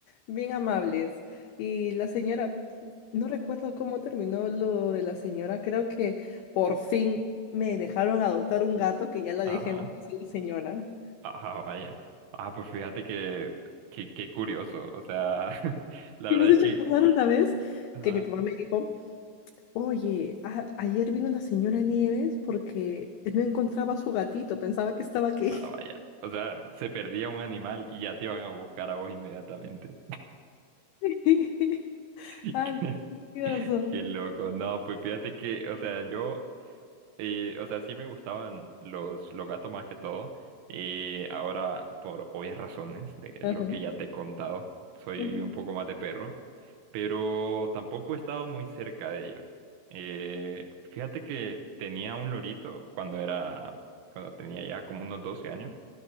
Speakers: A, on the left; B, on the right.
A: bien amables. Y la señora, no recuerdo cómo terminó lo de la señora. Creo que por fin me dejaron adoptar un gato que ya la
B: Ajá,
A: dejé en paz a la señora.
B: ajá, vaya. Ah, pues fíjate que, que, qué curioso, o sea, <laughs> la
A: Y
B: verdad
A: me has
B: es que,
A: hecho acordar una vez
B: ajá,
A: que mi papá me dijo, oye, a- ayer vino la señora Nieves porque no encontraba a su gatito, pensaba que estaba aquí.
B: ah, vaya, o sea, se perdía un animal y ya te iban a buscar a vos inmediatamente.
A: <laughs>
B: <laughs>
A: Ay, qué gracioso.
B: Qué loco, no, pues fíjate que, o sea, yo Y, o sea, sí me gustaban los, los gatos más que todo. Y ahora, por obvias razones de
A: Ajá,
B: lo que ya te he contado, soy
A: ajá,
B: un poco más de perros. Pero tampoco he estado muy cerca de ellos. Eh, fíjate que tenía un lorito cuando era, cuando tenía ya como unos 12 años.